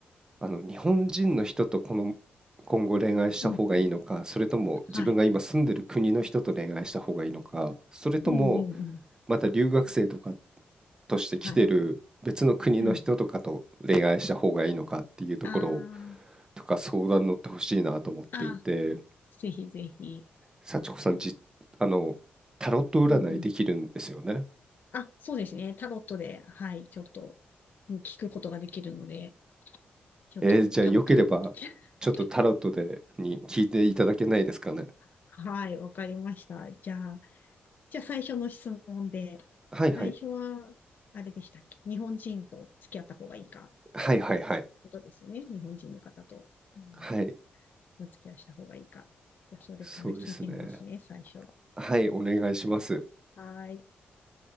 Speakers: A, on the right (about 20°); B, on the left (about 50°).
A: あの、日本人の人とこの、今後恋愛した方がいいのか、
B: うん、うん
A: それとも自分が今住んでる国の人と恋愛した方がいいのか、
B: はい。
A: それとも
B: うん、うん、うん。
A: また留学生とかとして来てる別の国の人とかと恋愛した方がいいのかっていうところ
B: はい。うん。あ
A: とか相談乗ってほしいなと思っていて、
B: あ、あー、ぜひぜひ。
A: 幸子さん、
B: う
A: じ、あの、タロット占いできるんですよね。
B: ん、うん。あ、そうですね。タロットで、はい、ちょっと、ね聞くことができるので、ちょっとタロットに。
A: えーじゃあよければ、
B: <laughs>
A: ちょっとタロットでに聞いていただけないですかね。
B: はい、わかりました。じゃあ、じゃあ最初の質問で、
A: はいはい。
B: 最初は、あれでしたっけ日本人と付き合った方がいいか、
A: はいはいはい。
B: ことですよね。日本人の方と。うん
A: はい。
B: お付き合いした方がいいか。じゃそれから聞いてみますね、
A: そうですね。
B: 最初。は
A: はい、お願いします。
B: ーい。